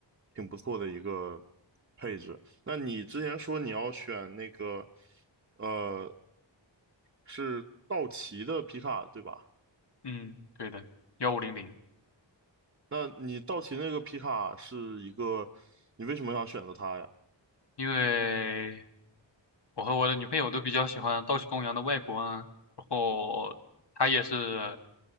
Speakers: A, on the right; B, on the left.
A: 挺不错的一个配置。那你之前说你要选那个，呃，是道奇的皮卡，对吧？
B: 嗯，对的，幺五零零，
A: 那你道奇那个皮卡是一个，你为什么想选择它呀？
B: 因为我和我的女朋友都比较喜欢道奇公羊的外观啊然后它也是，